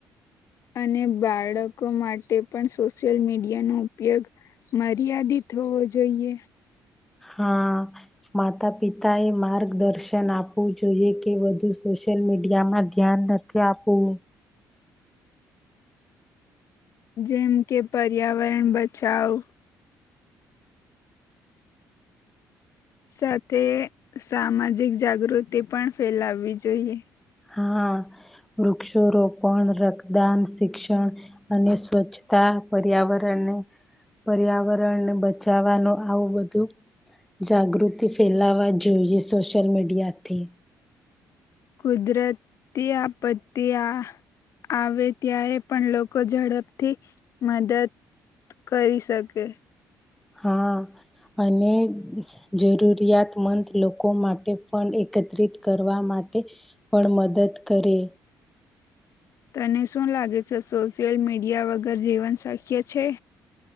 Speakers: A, on the left; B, in the centre.
A: અને બાળકો માટે પણ સોશિયલ મીડિયાનો ઉપયોગ મર્યાદિત હોવો જોઈએ.
B: હા માતા-પિતા એ માર્ગદર્શન આપવું જોઈએ કે વધુ સોસ શલ મીડિયામાં ધ્યાન નથી આપવું
A: જેમ કે પર્યાવરણ બચાવ સાથે સામાજિક જાગૃતિ પણ ફેલાવવી જોઈએ.
B: હા વૃક્ષ રોપણ, રક્તદાન, શિક્ષણ અને સ્વચ્છતા પર્યાવરણને પર્યાવરણને બચાવવાનું આવું બધું જાગૃતિ ફેલાવા જોઈએ સોશિયલ મીડિયાથી
A: કુદરતી આપતી આ આવે ત્યારે પણ લોકો ઝડપથી મદદ કરી શકે
B: હા અને જરૂરિયાતમંદ લોકો માટે પણ એક એકત્રિત કરવા માટે પણ મદદ કરે
A: તને શું લાગે છે, સોશિયલ મીડિયા વગર જીવન શક્ય છે?